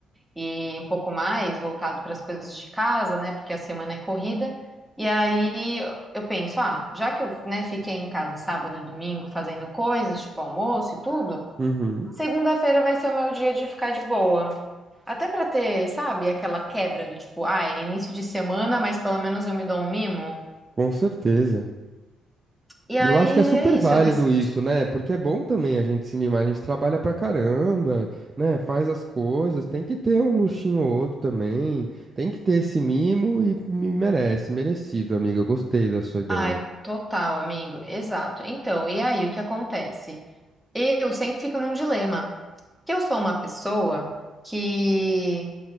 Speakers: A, in the centre; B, on the right.
A: E um pouco mais voltado para as coisas de casa, né? Porque a semana é corrida. E aí eu penso, ah, já que eu, né, fiquei em casa sábado e domingo fazendo coisas, tipo almoço e tudo,
B: uhum,
A: segunda-feira vai ser o meu dia de ficar de boa. Até pra ter, sabe, aquela quebra do tipo, ah, é início de semana, mas pelo menos eu me dou um mimo.
B: com certeza.
A: E aí
B: E eu acho que é super
A: é isso,
B: válido
A: eu decidi.
B: isso, né? Porque é bom também a gente se mimar, a gente trabalha pra caramba, né? Faz as coisas, tem que ter um luxinho ou outro também, tem que ter esse mimo e me merece, merecido, amiga. Eu gostei da sua ideia.
A: Ai, total, amigo. Exato. Então, e aí o que acontece? Eu sempre fico num dilema, que eu sou uma pessoa que